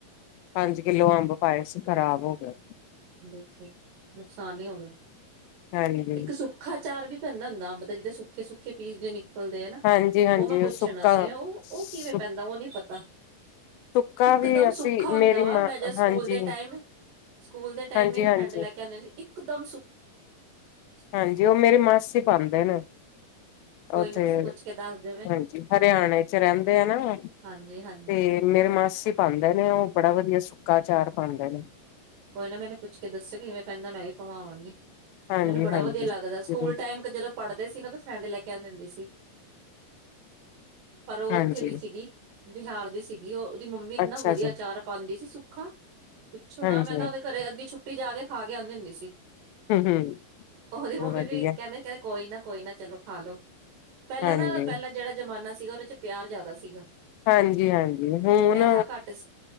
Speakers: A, on the left; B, on the right.
A: ਪੰਜ ਕਿੱਲੋ ਅੰਬ ਪਾਏ ਸੀ ਖ਼ਰਾਬ ਹੋ ਗਏ
B: ਬਸ ਨੁਕਸਾਨ ਹੀ ਹੋ ਗ
A: ਹਾਂਜੀ
B: ਇੱਕ ਸੁੱਖਾ ਚਾਰ ਵੀ ਪਦਾ ਹੁੰਦਾਤਾ ਜਿਹਾਂ ਸੁੇ ਸੁੇੀਸ ਜ ਨਿਕਲਦੇ ਹੈ ਨਾ
A: ਹਾਂਜੀ ਹਾਂਜੀ
B: ਉਹ ਮੈਂ ਪੁੱਛਣਾ
A: ਸੁੱਕਾ
B: ਸੀ ਉਹ
A: ਸੁ
B: ਉਹ ਕਿਵੇਂ ਪੈਂਦਾ ਉਹ ਨੀ ਪਤਾ
A: ਸੁੱਕਾ
B: ਇਕ
A: ਵੀ
B: ਦਮ
A: ਅਸੀਂ
B: ਸੁਖਾ ਹੁੰਦਾ
A: ਮੇਰੀ
B: ਵਾ
A: ਮਾਂ
B: ਮੈਂ ਜੇ
A: ਹਾਂਜੀ
B: ਸਕੂਲ ਦੇ ਟਾਈਮ ਸਕੂਲ ਦੇ ਟਾਈਮ
A: ਹਾਂਜੀ
B: ਮੇਰੀ
A: ਹਾਂਜੀ
B: ਫਰੈਂਡ ਲੈ ਕੇ ਆਉਂਦੇ ਸੀ ਇੱਕਦਮ <unintelligible>
A: ਹਾਂਜੀ ਉਹ ਮੇਰੇ ਮਾਸੀ ਪਾਉਂਦੇ ਨੇ
B: ਕੋਈ
A: ਉੱਥੇ
B: ਨਾ ਤੁਸੀਂ ਪੁੱਛ ਕੇ ਦੱਸ ਦਿਓ ਮੈਨੂੰ
A: ਹਾਂਜੀ ਹਰਿਆਣੇ ਚ ਰਹਿੰਦੇ ਆ ਨਾ
B: ਹਾਂਜੀ ਹਾਂਜੀ
A: ਤੇ ਮੇਰੇ ਮਾਸੀ ਪਾਉਂਦੇ ਨੇ ਉਹ ਬੜਾ ਵਧੀਆ ਸੁ ੱਕਾਚਾਰ ਪਾਉਂਦੇ ਨੇ
B: ਕੋਈ ਨਾ ਮੈਨੂੰ ਪੁੱਛ ਕੇ ਦੱਸੋ ਕਿਵੇਂ ਕਹਿੰਦਾ ਮੈਂ ਹੀ ਪਵਾ ਆ
A: ਹਾਂਜੀ
B: ਮੈਨੂੰ ਬੜਾ
A: ਹਾਂਜੀ
B: ਵਧੀਆ ਲੱਗਦਾ
A: ਜ਼ਰੂਰ
B: ਸਕੂਲ ਟਾਈਮ ਜਦੋਂ ਪੜ੍ਹਦੇ ਸੀ ਨਾ ਉਹ ਤਾਂ ਸੈਂਡੇ ਲੈ ਕੇ ਆਉਂਦੇ ਹੁੰਦੇ ਸੀ ਪਰ ਉਹ
A: ਹਾਂਜੀ
B: ਉੱਥੇ ਦੀ ਸੀਗੀ ਬਿਹਾਰ ਦੀ ਸੀਗੀ ਉਹ ਦੀ ਮੰਮੀ ਇੰਨਾ
A: ਅੱਛਾ
B: ਵਧੀਆ
A: ਜੀ
B: ਚਾਰ ਪਾਉਂਦੀ ਸੀ ਸੁੱਖਾ ਪੁੱਛੋ
A: ਹਾਂਜੀ
B: ਨਾ ਮੈਂ ਉਹਦੇ ਘਰੇ ਅੱਧ ਛੁੱਟੀ ਜਾਏ ਖਾ ਕੇ ਆਉਂਦੇ ਹੁੰਦੇ ਸੀ
A: ਹਮ ਹਮ
B: ਉਹਦੀ ਮੰਮੀ
A: ਵਧੀਆ
B: ਵੀ ਕਹਿੰਦੇ ਕਹਿੰਦੇ ਕੋਈ ਨਾ ਕੋਈ ਨਾ ਚਲੋ ਹਲੋ ਪਹਿਲਾਂ
A: ਹਾਂਜੀ
B: ਨਾ ਪਹਿਲਾਂ ਜਿਹੜਾ ਜਮਾਨਾ ਸੀਗਾ ਚ ਪਿਆਰ ਜ਼ਿਆਦਾ ਸੀਗਾ
A: ਹਾਂਜੀ ਹਾਂਜੀ ਹੁਣ
B: ਪੈਸਾ ਘੱਟ